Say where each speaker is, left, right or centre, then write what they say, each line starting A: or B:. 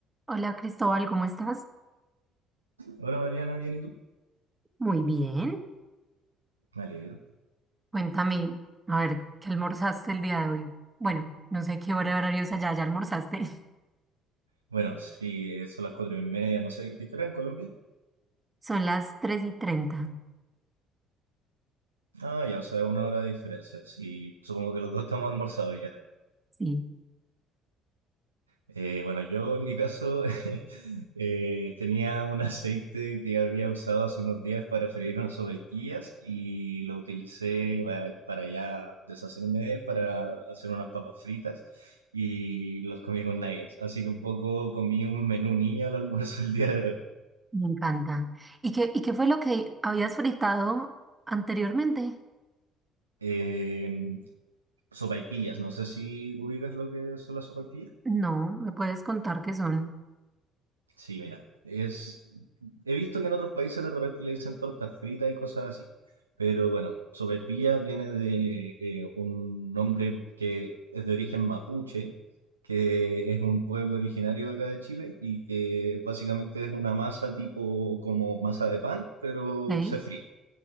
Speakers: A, on the right; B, on the right.
A: Hola Cristóbal, ¿cómo estás?
B: Hola Mariana, ¿bien y tú?
A: Muy bien.
B: Me alegro.
A: Cuéntame, a ver, ¿qué almorzaste el día de hoy? Bueno, no sé qué hora horario es allá, ¿ya almorzaste? <laughs>
B: Bueno, sí, eh, son las cuatro y media, no sé, ¿qué hora en Colombia?
A: Son las 3 y treinta.
B: Ah, ya, o sea, una hora de diferencia. Sí, supongo que los dos estamos almorzados ya.
A: Sí,
B: Eh, bueno, yo en mi caso <laughs> eh, tenía un aceite que había usado hace unos días para freír unas sopaipillas y lo utilicé ba- para ya deshacerme de él, para hacer unas papas fritas y los comí con nuggets. Así que un poco comí un menú niño al almuerzo el día de hoy.
A: me encanta. ¿Y qué, y qué fue lo que habías fritado anteriormente?
B: Eh, Sopaipillas, no sé si ubicas lo que son las sopaipillas.
A: No, ¿me puedes contar qué son?
B: Sí, mira, es... He visto que en otros países de repente le dicen torta frita y cosas así, pero bueno, sopaipilla viene de eh, un nombre que es de origen mapuche, que es un pueblo originario de acá de Chile y que básicamente es una masa tipo como masa de pan, pero
A: ¿Ok?
B: se fríe